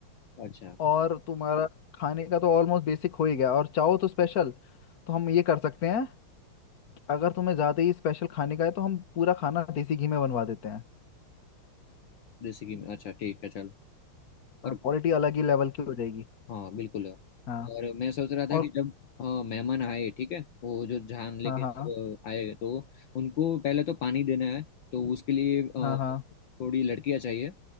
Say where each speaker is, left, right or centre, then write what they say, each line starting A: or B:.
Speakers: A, on the left; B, on the left.
A: अच्छा
B: और तुम्हारा खाने का तो ऑलमोस्ट बेसिक हो ही गया और चाहो तो स्पेशल तो हम ये कर सकते हैं अगर तुम्हें ज़्यादा ही स्पेशल खाने का है तो हम पूरा खाना देसी घी में बनवा देते हैं
A: देसी घी में अच्छा ठीक है चल और
B: हाँ क्वालिटी अलग ही लेवल की हो जाएगी
A: हाँ बिल्कुल है
B: हाँ
A: और मैं सोच रहा था
B: और
A: कि जब हाँ, मेहमान आए ठीक है वो जो जान लेके
B: हाँ हाँ
A: सब आए तो उनको पहले तो पानी देना है तो उसके लिए अ,
B: हाँ हाँ
A: थोड़ी लड़कियां चाहिए